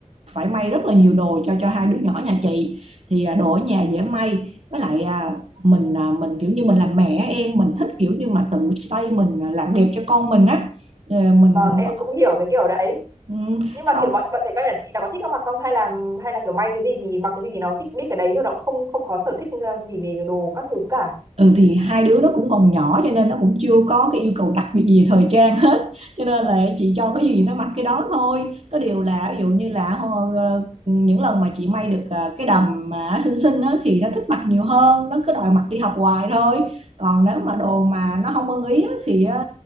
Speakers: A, on the right; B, on the right.
A: phải may rất là nhiều đồ cho cho hai đứa nhỏ nhà chị thì à, đồ ở nhà dễ may với lại à, mình à, mình kiểu như mình làm mẹ á, em mình thích kiểu như mà tự tay mình à, làm đẹp cho con mình á Ờ, mình
B: vâng
A: mình
B: em
A: có
B: cũng hiểu cái kiểu đấy
A: ừ,
B: nhưng mà
A: xong
B: kiểu bọn bọn trẻ con nhà chị là có thích ăn mặc không hay là hay là kiểu may cái gì thì mặc cái gì thì nó thích biết cái đấy thôi nó cũng không không có sở thích ờ, gì về cái đồ các thứ cả
A: Ừ thì hai đứa nó cũng còn nhỏ cho nên nó cũng chưa có cái yêu cầu đặc biệt gì về thời trang hết cho nên là chị cho cái gì nó mặc cái đó thôi có điều là ví dụ như là ho- ờ, những lần mà chị may được ờ, cái đầm mà xinh xinh á thì nó thích mặc nhiều hơn nó cứ đòi mặc đi học hoài thôi còn nếu mà đồ mà nó không ưng ý á, thì ờ,